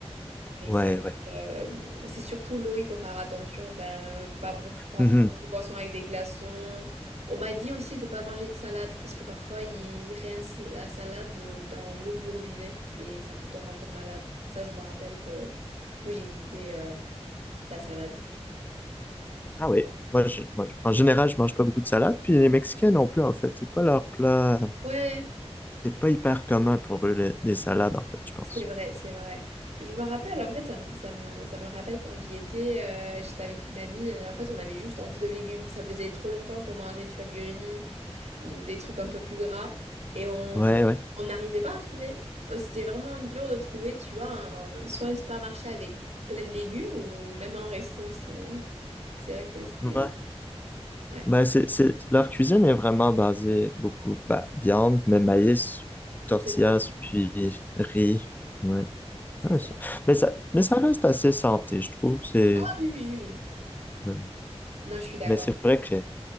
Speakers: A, on the right; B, on the left.
A: Mais
B: ouais
A: c'est
B: ouais.
A: euh, c'est surtout l'eau, il faut faire attention, enfin euh, pas bo- pas
B: Mhm.
A: prendre de boisson avec des glaçons. On m'a dit aussi de pas manger de salade parce que parfois ils rincent la salade euh, dans l'eau du robinet et ça peut te rendre malade. Ça, je me rappelle que du coup j'ai évité euh, la salade.
B: Ah oui, moi, je, moi, je- en général, je mange pas beaucoup de salade, puis les Mexicains non plus, en fait. C'est pas leur plat.
A: Ouais,
B: C'est pas hyper commun pour eux, les, les salades, en fait, je pense.
A: c'est vrai, c'est vrai. Je me rappelle, en fait, ça, me, ça me ça me rappelle quand j'y étais, euh, j'étais avec une amie et en fait, on avait juste envie de légumes. Ça faisait trop longtemps qu'on mangeait, tu vois, du riz ou des trucs un peu plus gras et on
B: Ouais, ouais.
A: on n'arrivait pas à trouver. Euh, C'était vraiment dur de trouver, tu vois, un- soit un supermarché avec plein de légumes ou même un resto. C'est c'est vrai que c'était...
B: Ouais.
A: Ouais,
B: Ben, c'est, c'est, leur cuisine est vraiment basée beaucoup, bah viande, mais maïs, tortillas,
A: c'est ça,
B: puis riz. Ouais.
A: c'est
B: Ouais,
A: ça.
B: c'est- mais ça, mais ça reste assez santé, je trouve. C'est,
A: Ah oui, oui, oui.
B: ouais.
A: Non, je suis d'accord.
B: mais c'est vrai que,